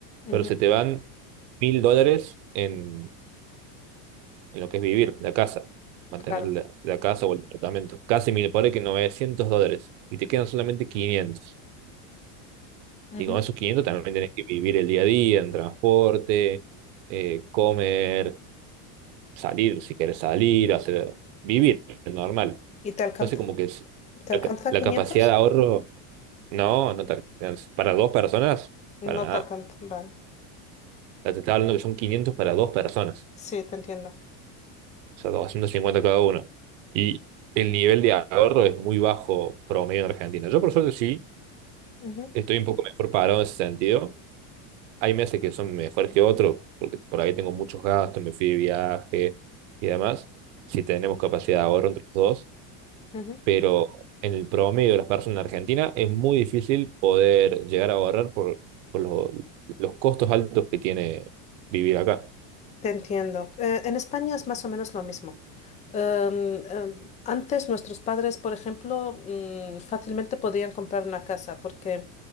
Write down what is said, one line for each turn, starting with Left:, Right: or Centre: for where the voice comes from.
Left: ujú,
Right: Pero se te van 1.000 dólares en, en lo que es vivir, la casa, mantener
Left: Claro.
Right: la, la casa o el departamento. Casi 1.000 por ahí que 900 dólares. Y te quedan solamente quinientos
Left: Ujú.
Right: Y con esos 500 también tenés que vivir el día a día en transporte, eh, comer, salir si querés salir, hacer, vivir normal.
Left: ¿Y te alcanza?
Right: Entonces como que es-
Left: ¿Te
Right: la,
Left: alcanza
Right: ca- la
Left: quinientos
Right: capacidad de ahorro, no, no te alcanza. Para dos personas,
Left: No
Right: para nada.
Left: te alcanza. Vale.
Right: Ya te estaba hablando que son 500 para dos personas,
Left: Sí, te entiendo.
Right: o sea, 250 cada uno. Y el nivel de ahorro es muy bajo promedio en Argentina. Yo por suerte sí,
Left: Ujú,
Right: estoy un poco mejor parado en ese sentido hay meses que son mejores que otros, porque por ahí tengo muchos gastos, me fui de viaje y demás, si tenemos capacidad de ahorro entre los dos,
Left: ujú.
Right: pero en el promedio de las personas en Argentina es muy difícil poder llegar a ahorrar por, por los, los costos altos que tiene vivir acá.
Left: Te entiendo. Eh, en España es más o menos lo mismo. Em, em, antes nuestros padres, por ejemplo, mm, fácilmente podían comprar una casa porque